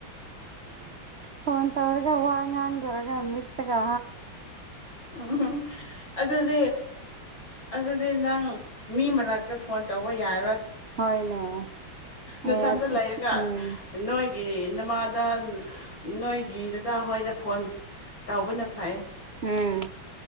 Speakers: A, on the right; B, on the left.
A: ꯐꯣꯟ ꯇꯧꯔꯒ ꯋꯥ ꯉꯥꯡꯗꯔꯒ ꯃꯤꯠ ꯏꯠꯇꯀ
B: ꯎꯝ ꯑꯗꯗꯤ ꯑꯗꯨꯗꯤ ꯅꯪ ꯃꯤ ꯃꯔꯛꯇ ꯐꯣꯟ ꯇꯧꯕ ꯌꯥꯔꯣꯏ
A: ꯍꯣꯏꯅꯦ
B: ꯃꯊꯟꯇ
A: ꯑꯩ
B: ꯂꯩꯔꯒ
A: ꯎꯝ
B: ꯅꯣꯏ ꯒꯤ ꯅꯃꯥꯗ ꯅꯣꯏꯒꯤꯗꯨꯗ ꯍꯣꯏꯗ ꯐꯣꯟ ꯇꯥꯎꯕꯅ ꯐꯩ
A: ꯎꯝ